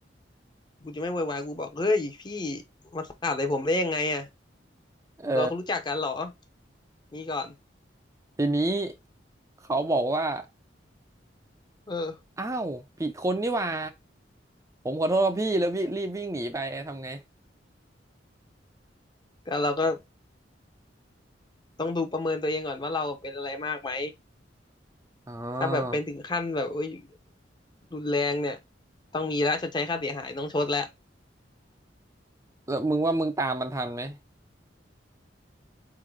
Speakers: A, on the left (about 25°); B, on the right (about 15°).
A: กูจะไม่โวยวายกูบอกเฮ้ยพี่มาสาดใส่ผมได้ยังไงอ่ะ
B: เออ
A: เราเขารู้จักกันเหรอนี่ก่อน
B: ทีนี้เขาบอกว่า
A: เออ
B: อ้าวผิดคนนี่หว่า ผมขอโทษครับพี่แล้วพี่รีบวิ่งหนีไปทำไง
A: ก็เราก็ ต้องดูประเมินตัวเองก่อนว่าเราเป็นอะไรมากไหม
B: อ๋อ
A: ถ้าแบบเป็นถึงขั้นแบบโอ้ยรุนแรงเนี่ยต้องมีละชดใช้ค่าเสียหายต้องชดแล้ว
B: แล้วมึงว่ามึงตามมันทันไหม